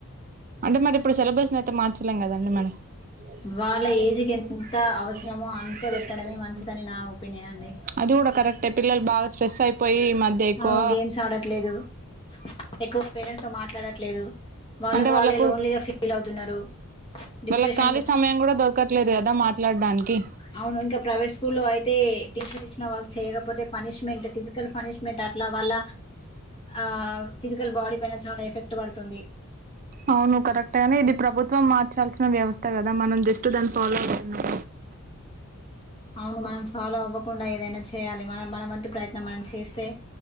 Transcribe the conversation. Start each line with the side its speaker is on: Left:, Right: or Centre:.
Right: అంటే మరిప్పుడు సిలబస్ ని అయితే మార్చలేం గదండి మనం
Left: వాళ్ళ
Right: <unintelligible>
Left: ఏజ్కి ఎంత అవసరమో అంత పెట్టడమే మంచిదని నా ఒపీనియన్ అండి
Right: గూడ కరెక్టే పిల్లలు బాగా స్ట్రెస్ అయిపోయి ఈ మధ్య ఎక్కువ
Left: అవును గేమ్స్ ఆడట్లేదు ఎక్కువ పేరెంట్స్ తో మాట్లాడట్లేదు వాళ్ళకి
Right: అంటే వాళ్ళకు
Left: వాళ్ళే లోన్లీగా ఫీల్ అవుతున్నారు డిప్రెషన్
Right: వాళ్ళకి ఖాళీ సమయం గూడా దొరకట్లేదు కదా మాట్లాడ్డానికి
Left: అవును ఇంకా ప్రైవేట్ స్కూల్లో అయితే టీచర్ ఇచ్చిన వర్క్ చేయకపోతే పనిష్మెంట్ ఫిజికల్ ఫనిష్మెంట్ అట్లా వాళ్ళ ఆ ఫిజికల్ బాడీ పైన చాలా ఎఫెక్ట్ పడుతుంది
Right: అవును కరెక్టే గా ప్రభుత్వంనీ ఇది ప్రభుత్వం మార్చాల్సిన వ్యవస్థ గదా మనం జస్ట్ దాని ఫాలో అవుతున్నాం
Left: అవును మనం ఫాలో అవ్వకుండా ఏదైనా చేయాలి మనం మన వంతు ప్రయత్నం మనం చేస్తే